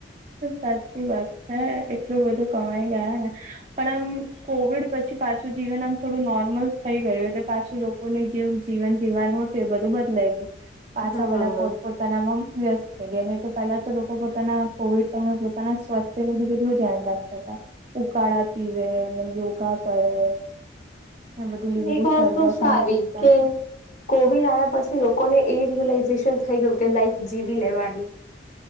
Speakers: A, on the right; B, on the left.
A: સાચી વાત છે એટલું બધું કમાઈ ગયા ને પણ આમ કોવિડ પછી પાછું જીવન આમ થોડું નોર્મલ થઈ ગયું એટલે પાછું લોકોને જેવ જીવન જીવવાનું હ તે બધું બદલાઈ ગયું. પાછા
B: હા
A: બધા પોત પોતાનામાં વ્યસ્ત થઈ ગયા નઈ તો પેલા તો લોકો પોતાના કોવિડ ટાઈમે પોતાના સ્વાસ્થ્ય ન બી કેટલું ધ્યાન રાખતા હતા. ઉકાળા પીવે ને યોગા કરે. એ બધું લીંબુ
B: એક
A: શરબત
B: વસ્તુ સારી
A: ને એવું પીતા.
B: કે કોવિડ આવ્યા પછી લોકોને એ રિયલાઈઝેશન થઈ ગયું કે લાઈફ જીવી લેવાની.